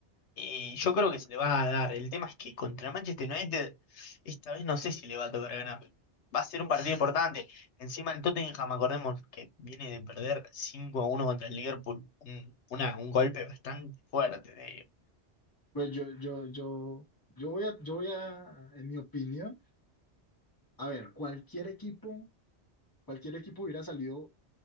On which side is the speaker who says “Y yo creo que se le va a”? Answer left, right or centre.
Left